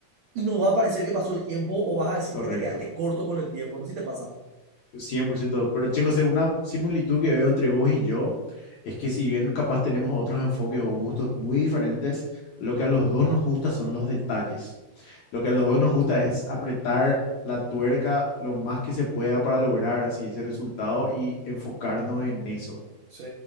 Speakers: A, on the right (about 85°); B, on the left (about 70°).
A: y no va a parecer que pasó el tiempo o vas a decir
B: correcto.
A: que te quedaste corto con el tiempo, no sé si te pasa.
B: cien por ciento. Pero, che, José, una similitud que veo entre vos y yo es que si bien capaz tenemos otros enfoques o gustos muy diferentes, lo que a los dos nos gusta son los detalles. Lo que a los dos nos gusta es apretar la tuerca lo más que se pueda para lograr así ese resultado y enfocarnos en eso.
A: Sí,